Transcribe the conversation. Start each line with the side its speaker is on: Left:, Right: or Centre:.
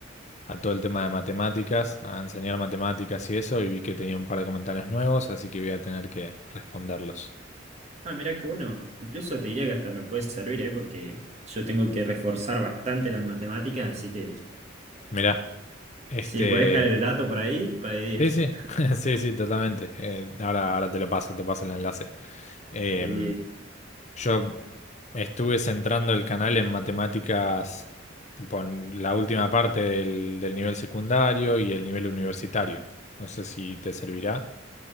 Left: a todo el tema de matemáticas, a enseñar matemáticas y eso, y vi que tenía un par de comentarios nuevos, así que voy a tener que responderlos.
Right: Ah, mirá que bueno. Incluso te diría que hasta me puede servir, ¿eh? Porque yo tengo que reforzar bastante las matemáticas, así que
Left: Mirá, este...
Right: si podés dejar el dato por ahí, va de diez.
Left: Sí, sí, <laughs> sí, sí, totalmente. Eh, ahora, ahora te lo paso, te paso el enlace. Em,
Right: De diez.
Left: yo estuve centrando el canal en matemáticas, tipo en la última parte del, del nivel secundario y el nivel universitario. No sé si te servirá.